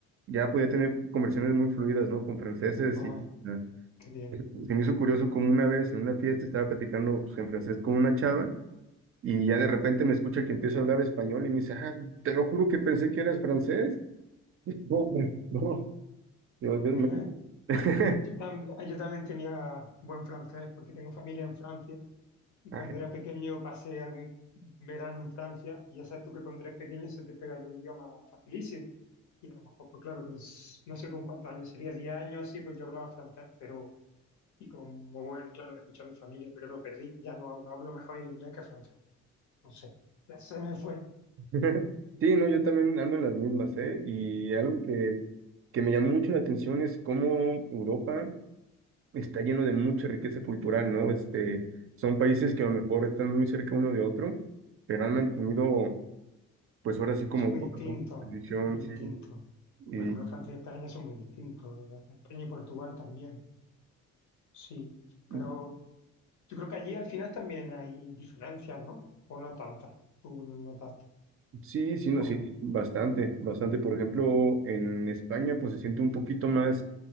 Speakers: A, on the right; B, on the left.
A: ya podía tener conversaciones muy fluidas, ¿no? Con franceses
B: Ah,
A: y ah,
B: qué bien.
A: se me hizo curioso como una vez en una fiesta estaba platicando pues, en francés con una chava y ya de repente me escucha que empiezo a hablar español y me dice, ah, te lo juro que pensé que eras francés. Y, No, hombre, no. Yo- yo
B: <laughs>
A: me- <laughs>
B: Yo, tam- yo también tenía buen francés porque tengo familia en Francia y
A: Ay.
B: cuando era pequeño pasé algún verano en Francia y ya sabes tú que cuando eres pequeño se te pegan los idiomas facilísimo. Y a lo mejor, pues claro, con, s- no sé con cuántos años, sería 10 años así, pues yo hablaba francés, pero y con muy buen, claro, escuché a mi familia, pero lo perdí. Ya no hablo, hablo mejor el inglés que francés. no sé, se me fue.
A: <laughs> Sí, no, yo también ando en las mismas, ¿eh? Y algo que, que me llamó mucho la atención es cómo Europa está lleno de mucha riqueza cultural, ¿no? Este, son países que a lo mejor están muy cerca uno de otro, pero han mantenido, pues ahora sí como
B: Son muy
A: toda
B: distintos,
A: su tradición,
B: muy distintos.
A: sí, y
B: Por ejemplo, Francia y España son muy distintos, hasta España y Portugal también, sí. Pero
A: y
B: yo creo que allí al final también hay diferencias, ¿no? O no tantas, tú notaste.
A: sí, sí, no, sí,
B: Con,
A: bastante, bastante. Por ejemplo, en España, pues se siente un poquito más